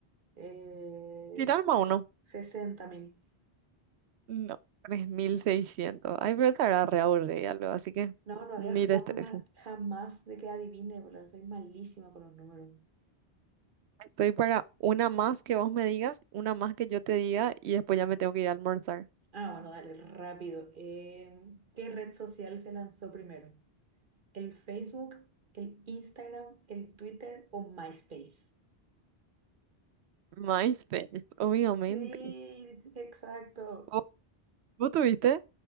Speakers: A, on the right (about 55°); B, on the right (about 80°).
A: Eh,
B: mil seiscientos, sesenta mil, seis mil o treinta y seis mil. Tirarme a uno.
A: 60 mil.
B: No. 3.600. Ay, pero estará re aburrida luego, así que
A: No, no había
B: ni
A: forma
B: te estreses.
A: jamás de que adivine, boludo. Soy malísima con los números.
B: Estoy para una más que vos me digas, una más que yo te diga y después ya me tengo que ir a almorzar.
A: Ah, bueno, dale, rápido. Em, ¿qué red social se lanzó primero? ¿El Facebook, el Instagram, el Twitter o MySpace?
B: MySpace, obviamente.
A: Sí, exacto.
B: ¿Vos, vos tuviste?